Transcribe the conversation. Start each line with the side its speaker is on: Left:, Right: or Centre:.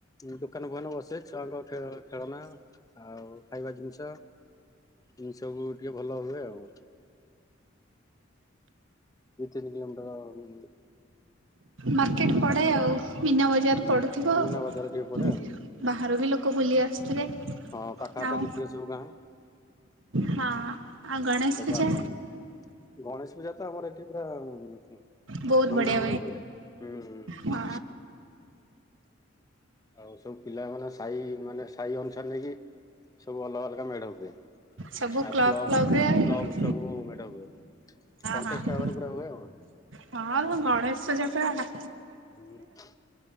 Left: ଦୋକାନ ଫୁକାନ ବସେ ଛୁଆଙ୍କ ଖେଳ ଖେଳନା ଆଉ ଖାଇବା ଜିନିଷ, ଇନ୍ ସବୁ ଟିକେ ଭଲ ହୁଏ ଆଉ। ଦୁଇ ତିନି କିଲୋମିଟର-ଉଁ
Right: ମାର୍କେଟ ପଡେ ଆଉ, ମିନା ବଜାର
Left: ହୁଁ
Right: ପଡୁଥିବ ଆଉ।
Left: ମୀନା ବଜାର ଟିକେ ପଡେ ଆଉ
Right: ବାହାରୁ ବି ଲୋକ ବୁଲି ଆସୁଥିବେ।
Left: ହଁ, ପାଖାଆଖ
Right: ଆଉ
Left: ଯେତିକି ସବୁ ଗାଁ
Right: ହଁ। ଆଉ ଗଣେଶ
Left: ସବୁ
Right: ପୂଜା
Left: ଆସିନ୍ତି। ଗଣେଶ ପୂଜା ତ ଆମର ଏଠି ପୁରା-ଆଁ
Right: ବହୁତ
Left: ଧୁମ୍
Right: ବଢ଼ିଆ
Left: ଧାମ୍ ରେ ହୁଏ। ହୁଁ
Right: ହଁ
Left: ଆଉ ସବୁ ପିଲାମାନେ, ସାହି ମାନେ ସାହି ଅନୁସାରେ ନେଇକି, ସବୁ ଅଲଗା ଅଲଗା ମେଢ ହୁଏ।
Right: ସବୁ
Left: ଆଉ କ୍ଲବ୍
Right: କ୍ଲବରେ ହଁ
Left: କ୍ଲବ୍ ସବୁ ମେଢ଼ ହୁଏ। କଣ୍ଟେଷ୍ଟ
Right: ହଁ।
Left: ଭାବରେ ପୁରା ହୁଏ ଆଉ।
Right: ହଁ, ଗଣେଶ ସଜା ପରା
Left: ହୁଁ,